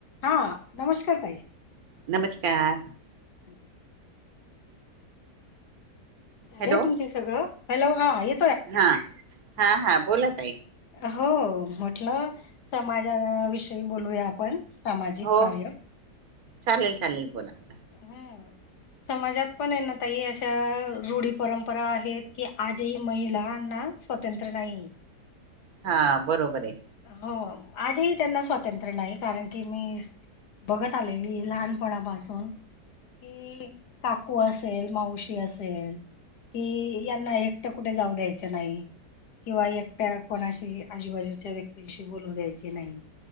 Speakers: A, on the left; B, on the right.
A: हा, नमस्कार ताई
B: नमस्कार.
A: <inaudible> झालंय
B: हॅलो
A: तुमचे सगळं? हॅलो हा य
B: हा, हा हा बोल ताई
A: हो, म्हटलं समाजा विषयी बोलूया आपण सामाजिक
B: हो
A: कार्य
B: चालेल चालेल बोला बोला
A: हम्म समाजात पण आहे ना ताई अशा, रूढी परंपरा आहेत की आजही महिला ना स्वतंत्र नाही
B: हा बरोबर आहे.
A: हो आजही त्यांना स्वातंत्र्य नाही, कारण की मी बघत आलेली लहानपणापासून कि काकू असेल मावशी असेल कि यांना एकटं कुठे जाऊ द्यायचं नाही. किंवा एकट्या कोणाशी आजूबाजूच्या व्यक्तीशी बोलू द्यायचे नाही.